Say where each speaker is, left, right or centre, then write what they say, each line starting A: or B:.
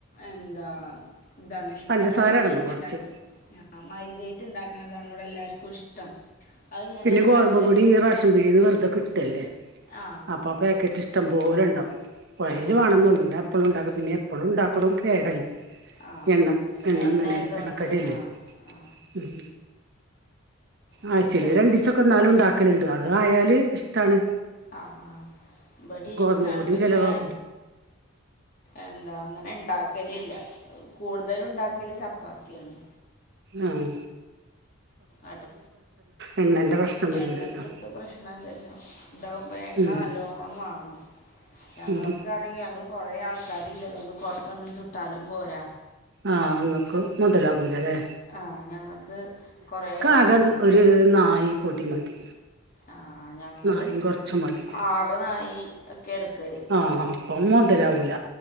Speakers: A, on the left; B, on the right.
A: എന്താ ഇതാണ് ഇഷ്ടം
B: പഞ്ചസാര
A: മൈതേറ്റ്
B: ഇടണം കുറച്ച്
A: ഉണ്ടാക്കുന്നത് ആ മൈതായിട്ട ഉണ്ടാക്കണതാാണ് ഇവിടെ എല്ലാർക്കും ഇഷ്ടം അതിങ്ങനെ
B: പിന്നെ ഗോതമ്പ
A: നല്ല
B: പൊടി റഷശൻ പിടിന്ന് വെറുതെ കിട്ടല്ലേ
A: ആ
B: അപ്പൊ പാക്കറ്റ് ഇഷ്ടംോലെ ഉണ്ടകും കുയല്
A: ആ
B: ആണെന്നള്ള എപ്പളും ഉണ്ടാക്കും പിന്നെ അപ്പോളും ഉണ്ടാക്കണം കേടല്ലേ
A: ആ
B: എണ്ണ എണ്ണങ്ങനെ
A: എണ്ണ ആയതുകൊണ്ട്
B: എണ്ണക്കടല്ലേ
A: ആ ആ
B: ഉം
A: ഇനി
B: ആഴ്ച്ചയില്
A: ഉച്ചക്ക്
B: രണ്ട സൊക്കെ എന്നാലും ഉണ്ടാക്കലുണ്ട് അതായാല് ഇഷ്ടാണ്
A: ആ ബടി ഇഷ്ടാണ്
B: ഗോതമ്പ് പൊടിയും
A: പക്ഷേ
B: ചെലവാകും
A: എന്താ അങ്ങനെ ഉണ്ടാക്കലില്ല കൂടുതല ഉണ്ടാക്കല് ചപ്പാത്തിയാണ്
B: ആഹ
A: ആട്ട
B: എണ്ണന്റെ
A: ആഹ
B: പ്രശ്നം വരൂലല്ലോ
A: എണ്ണക്ക് പ്രശ്നല്ലല്ലോ ഇതാാവുമ്പോ എണ്ണ
B: ഉം
A: നല്ലോണം വാങ്ങു ഞങ്ങൾക്ക്
B: ഉം
A: അ ഞങ്ങള്ൾ കുറെേ ആൾക്കാരിില്ലതുകൊണ്ട് കുറച്ചൊന്നും ചുട്ടാലും പോരാ
B: ആഹ് അങ്ങക്ക് മുതലാകൂലരെേ
A: ആ ഞങ്ങൾക്ക് കുറേ വേണം
B: ആകെ ഒരു നായി പൊടി മതി
A: ആ ഞങ്ങള്
B: നായും കുറച്ച് മതി
A: ആറ്നായി ഒക്കെ എടുക്കൽ
B: ആ അപ്പം മുതലാവൂല